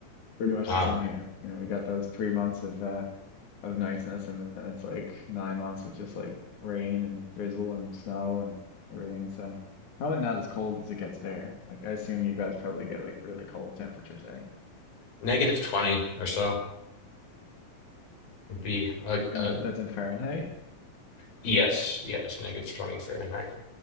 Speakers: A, on the left; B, on the left.
A: Pretty much
B: Uh,
A: the same here. You know, we got those three months of uh, of niceness, and then it's like nine months of just like rain and drizzle and snow and everything. So probably not as cold as it gets there. Like I assume you guys probably get like really cold temperatures, eh?
B: negative 20 or so would be, uh,
A: And
B: uh,
A: th that's in Fahrenheit.
B: yes, yes, negative 20 Fahrenheit.